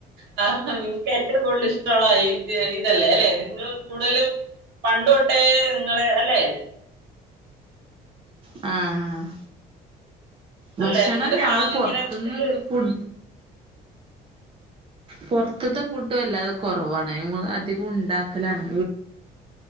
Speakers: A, on the right (about 80°); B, on the right (about 30°).
A: കറ ഹാ നിങ്ങക്ക് ഏറ്റവും കൂടുൽ ഇഷ്ടൊള്ളതാ ഇ ഇതല്ലേ അല്ലെ നിങ്ങൾ കൂടുതലും പണ്ട് തൊട്ടേ നിങ്ങളെ അല്ലെ
B: ആ ആ
A: അല്ലെ
B: ഭഷണം
A: നിങ്ങളുടെ
B: ഞങ്ങള്
A: ഫാ
B: പൊറത്ത്ന്ന്
A: ഇങ്ങനെ ഒരു
B: ഫുൾ പൊർത്ത്ത്തെ
A: ഉം
B: ഫുഡ് വെല്ലാതെ കുറവാണ് അധികണ്ടാക്കലാണ്